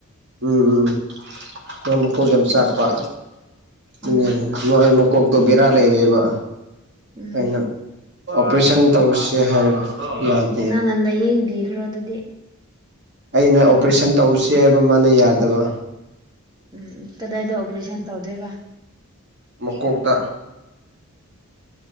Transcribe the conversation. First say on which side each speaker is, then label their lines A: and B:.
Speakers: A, on the right; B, on the right.
A: ꯎꯝ ꯎꯝ ꯃꯥ ꯃꯈꯣꯡꯒꯤ ꯌꯥꯝ
B: ꯎꯝ
A: ꯆꯥꯛꯄ ꯎ
B: ꯎꯝ
A: ꯃꯣꯏ ꯃꯀꯣꯛꯇꯣ ꯕꯤꯔꯥ ꯂꯩꯔꯦꯕ
B: ꯎꯝ
A: ꯑꯩꯅ ꯑꯣꯄꯔꯦꯁꯟ ꯇꯧꯁꯦ ꯍꯥꯏꯔꯒ ꯌꯥꯗꯦ
B: ꯅꯪꯅ ꯂꯥꯏꯌꯦꯡꯕꯤꯈ꯭ꯔꯣ ꯑꯗꯨꯗꯤ
A: ꯑꯩꯅ ꯑꯣꯄꯔꯦꯁꯟ ꯇꯧꯁꯤ ꯍꯥꯏꯕ ꯃꯥꯅ ꯌꯥꯗꯕ
B: ꯎꯝ ꯀꯗꯥꯏꯗ ꯑꯣꯄꯔꯦꯁꯟ ꯇꯧꯗꯣꯏꯕ
A: ꯃꯀꯣꯛꯇ